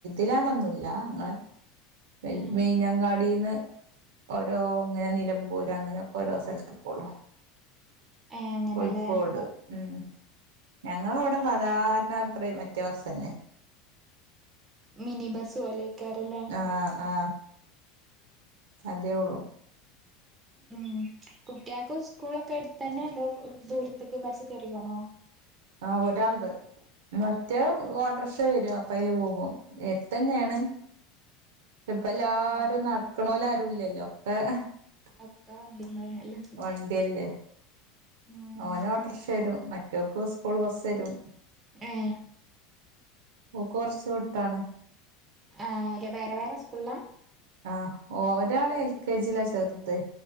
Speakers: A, on the right; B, on the right.
A: ഇലാണ്ടൊന്നുമല്ല അഞങ്ങളെ െ
B: ഏ
A: മെയനങ്കാടിന്ന് ഓരോ ഇങ്ങനെ നിലമ്പൂര് അങ്ങനെയൊക്കെ ഓരോ സ്ഥലത്തും
B: ഏ അങ്ങനെല്ലേ
A: കോഴിക്കോട് ഏ ഞങ്ങള ഇവിടെ
B: ആ
A: സാധാരണ പ്ര വ്യത്യാവസം തന്നെ
B: മിനി ബസ് വളേക്കാര അല്ലേ
A: ആഹ ആ അതേ ഉള്ളു
B: ഉം കുട്ടിയക്ക സ്കൂളൊക്കെ എടുത്ത് തന്നെ അതോ ദൂരത്തേക്ക് ബസ് കറ വണോ
A: ആ് ഒരാളുണ്ട് മറ്റേ വാട്ടർ ഷോ വര പപ്പല് പോകും എത്തന്നെയാണ് ഇപ്പ എല്ലാരും
B: ആഹ്
A: നടക്കണല ല്ലല്ലോ. <unintelligible>
B: ഒക്കെ വണ്ടിമ്മേന്നല്ലേ
A: വണ്ടിയല്ലേ.
B: ഉം
A: ഓന് ഓട്ടർഷരും. മറ്റോക്ക് സ്കൂൾ ബസ് വരും.
B: ഏ! !
A: ഓക്കു കൊറച്ചു വട്ടാണ്.
B: ആഹ് ര വേരെ വേറെ സ്കൂള്ലാ?
A: ആഹ് ഓരാള് ഏൽ കെ ജി ലാ വെറ്തെ